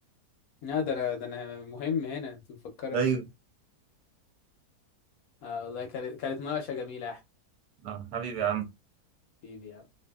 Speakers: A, on the left; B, on the right.
A: لا ده انا ده انا مهم هنا انت مفكرة
B: أيوه
A: ايه اه والله كانت كانت مناقشة جميلة يا احمد
B: آه حبيبي يا عم
A: حبيبي